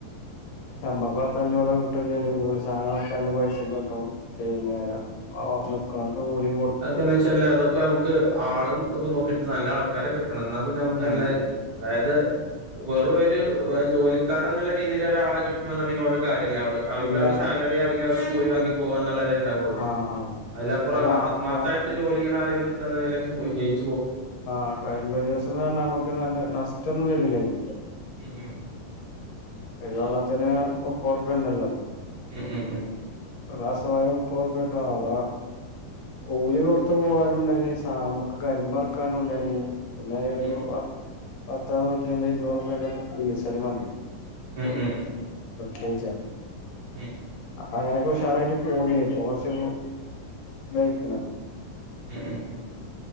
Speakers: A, on the left; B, on the right.
A: ഞമ്മക്ക് പത്തഞ്ഞൂറ് രൂപ കിട്ടും ചെയ്യും കൂലി സാധനം ഇറക്കാനുള്ള പൈസയും കിട്ടും പിന്നെക്ക്ല
B: അതക്കൊ വെച്ചാല് അതൊക്കെ നമുക്ക് ആളും ഇതൊക്കെ നോക്കിട്ട നല്ല ആൾക്കാരെ കിട്ടണം എന്നാ പിന്നെ നമുക്ക്
A: ഉം
B: നല്ല അതായത് വെറും ഒരുരു ജോലിക്കാർ എന്നുള്ള രീതിൽ ഒരാളെ കിട്ടണ എന്നുണ്ടെങ്കിൽ അട് കാര്യമല്ല അവള് അവർക്ക്
A: ഇല്ല
B: അവര് സാലറി അല്ലെങ്കിൽ അവർ കൂലിാങ്ങി പോകുകന്നുള്ളതേ ഉണ്ടാവുള്ളൂ
A: ആഹ് ആഹ്
B: അതിലപ്പറം
A: അല്ല
B: ആത്മാർത്ഥായിട്ട്
A: ഞാൻ
B: ജോലി ചെയ്യണ ആരെങ്കിലും കിട്ടണമെങ്കിൽ വിജയിക്കും
A: ആഹ കരിമ്പ് ജൂസ് എന്ന് പറഞ്ഞ നമ്മുക്ക് നല്ല നഷ്ടംൊന്നും വരൂല ഇനി
B: ഉം ഉം
A: പരുള്ളത്തിന് പറക്കുണ്ടല്ലോ
B: ഉം ഉം ഉം
A: രാസവായവും പോർപ്പെട അത കൂലി കൊറത്ത പോകാനുണ്ടായിന് നമുക്ക് കരിമ്പറക്കാനുണ്ടന് പിന്നെ ഒരു
B: ഉം
A: പത്ത നൂറ്റി അമ്പത് ഇുന്നൂറ് രൂപേന്റെ ഡീസല് മതി
B: ഉം ഉം ഉം
A: പേച്ച
B: ഉം
A: അങ്ങനൊക്കെ ഉഷാറായിട്ട് പോക ഇപ്പൊ കൊറച്ച് ദയിക്കണ
B: ഉം ഉം